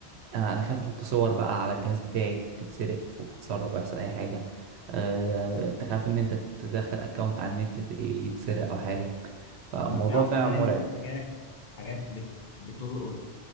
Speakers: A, on the right; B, on the left.
A: آه، انا خايف احط صور بقى على الجهاز بتاعي تتسرق او تتسرب او يحصل اي حاجه أه تخاف ان انت تدخل اكونت على النت تت- يتسرق او حاجه فالموضوع
B: ايوه تعرف
A: فعلا
B: كمان
A: مرعب
B: ان في حاجات حاجات بت... بتلقط